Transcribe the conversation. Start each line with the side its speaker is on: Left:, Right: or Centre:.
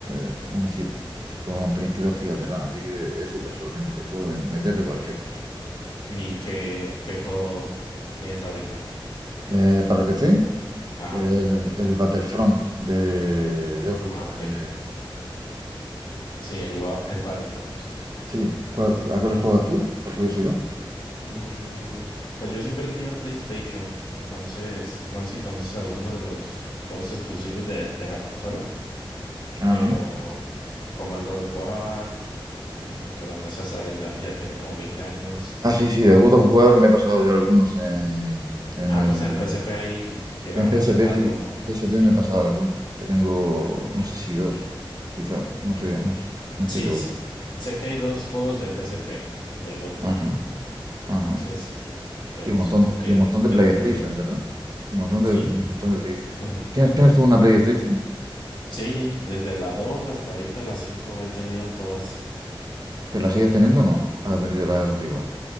Right: Es un i7 con 32 gigas de RAM, así que es súper solvente. Puedo meterle cualquier cosa.
Left: ¿Y qué, qué juego tienes ahorita?
Right: Eh, para PC,
Left: Ajá.
Right: el, el Battlefront de George
Left: Ah,
Right: Lucas.
Left: ok.
Right: de-
Left: Sí, el, ba- el Battlefront.
Right: Sí, ¿Cuál- ¿a cuáles juegas tú? Por curiosidad.
Left: Mm, pues yo siempre he tenido PlayStation, entonces no sé si conoces alguno de los juegos exclusivos de, de la consola,
Right: Ajá.
Left: pero como el God of War, eh, que bueno, esa saga ya, ya tiene como 20 años.
Right: Ah, sí, sí, de God of War me he pasado yo algunos en, en
Left: Ah,
Right: el...
Left: pues en el P S P ahí llegaron
Right: En PSP,
Left: a sacar
Right: sí.
Left: alguno,
Right: En PSP
Left: sí.
Right: me he pasado algunos. Que tengo, no sé si dos, quizás. No sé, no sé. No estoy
Left: Sí,
Right: seguro.
Left: s- sé que hay dos juegos de P S P del God of War,
Right: Ajá. Ajá,
Left: entonces pues
Right: Y un montón,
Left: supongo que
Right: y
Left: ya,
Right: un montón de
Left: ya
Right: PlayStation,
Left: te juegas todos.
Right: ¿verdad? Y un montón de,
Left: Sí.
Right: un montón de PlayStation.
Left: <laughs>
Right: ¿Tienes, tienes tú una PlayStation?
Left: Sí, desde la 2 hasta ahorita la 5 he tenido todas.
Right: ¿Pero la sigues teniendo o no? ¿Has vendido las antiguas?